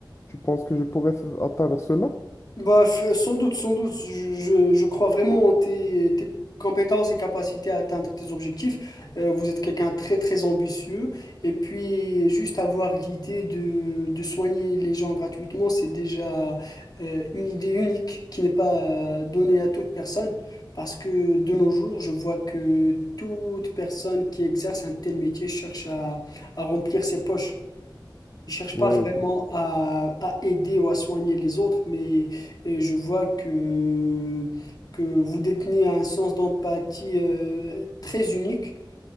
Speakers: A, on the left; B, on the left.
A: tu penses que je pourrais f- atteindre cela?
B: Bah, f- sans doute, sans doute. Je, je- je crois vraiment en tes, tes compétences et capacités à atteindre tes objectifs. Euh, vous êtes quelqu'un de très, très ambitieux. Et puis, juste avoir l'idée de, de soigner les gens gratuitement, c'est déjà euh, une idée unique qui n'est pas euh, donnée à toute personne. Parce que de nos jours, je vois que toute personne qui exerce un tel métier cherche à à remplir ses poches. Ils cherchent
A: Oui,
B: pas vraiment à, à aider ou à soigner les autres, mais euh, je vois que, que vous détenez un sens d'empathie euh, très unique.